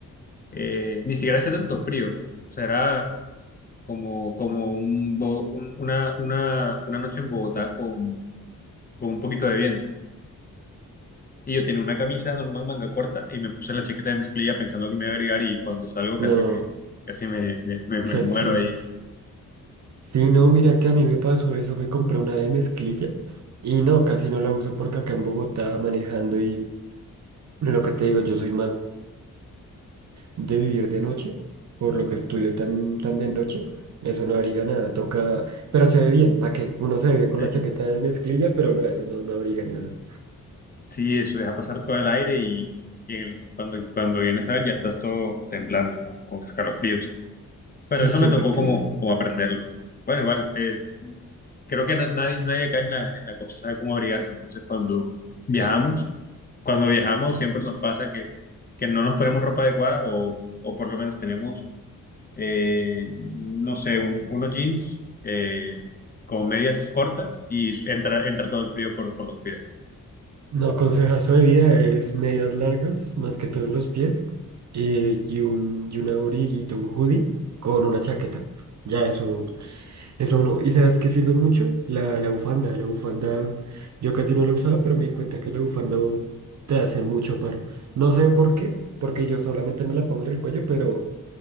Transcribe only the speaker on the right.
No,
casi.
Sí, no, mira que a mí me pasó eso, me compré una de mezclilla y no, casi no la uso porque acá en Bogotá manejando y lo que te digo, yo soy más de vivir de noche, por lo que estudio tan, tan de noche, eso no abriga nada, toca, pero se ve bien, ¿para qué? Uno se ve bien con
la chaqueta de mezclilla, pero no, eso no, no abriga nada.
Sí,
siento
que
no, consejazo de vida es medias largas, más que todo en los pies, eh, y un, y una abriguito, un hoodie con una chaqueta, ya eso. Eso no. ¿Y sabes qué sirve mucho? La, la bufanda. La bufanda, yo casi no la usaba, pero me di cuenta que la bufanda oh, te hace mucho paro. No sé por qué, porque yo solamente me la pongo en el cuello, pero